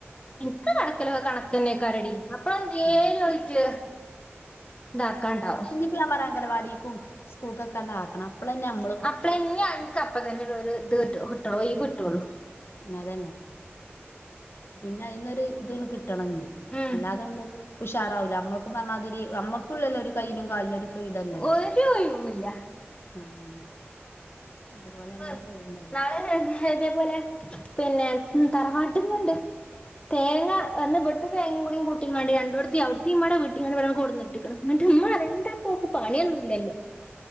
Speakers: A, on the left; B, on the left.
A: ഇൻക്ക് കടക്കലോ കണക്കന്നെക്കാരെടി അപ്പളന്തേലു
B: ഏ
A: ആയിറ്റ് താക്കാണ്ടാവും
B: പലാപറ അംഗലവാടിക്കും സ്കൂൾക്കൊക്കെണ്ടാക്കണം അപ്പളന്നെ അ
A: അപ്പളഞ്ഞി അൻക് അപ്പ തന്നെള്ളു ഒരു ഇത് കിട്ടോ കിട്ടുള്ളൂ ഒഴിവ് കിട്ടൊള്ളൂ
B: അതന്നെ പിന്നെ അയിന്നൊരു ഇത്ണ് കിട്ടണഞ്ഞി
A: ഉം
B: അല്ലാതണ്ട് ഉഷാറാവൂല്ല അമ്മക്കും പറഞ്ഞാതിരി അമ്മക്കുല്ലല്ലോ ഒരു കയ്യിനും കാലിനും ഒരു ഫ്രീഡല്ലല്ലോ
A: ഒരു ഒഴിവുല്ല
B: ആഹ് അതുപോലെ അങ്ങനെ
A: ഏഹ്
B: പോകും പറയാ
A: നാളെ ഇതേപോലെ പിന്നെ ഉം തറവാട്ട്ന്ന്ണ്ട് തേങ്ങ അന്നവ്ടത്തെ തേങ്ങി കുടീ കൂട്ടിങ്ങാണ്ട് രണ്ടോട്ത്തി അവിടിത്തിമ്പാടെ വെട്ടിങ്ങാണ്ട് ഇവിടെ കൊട്ന്ന് ട്ട്ക്ക്ണ് ഇന്നിട്ട് ഇമ്മ പറയാ എന്താ പോക്ക് പണിയൊന്നും ഇല്ലല്ലോ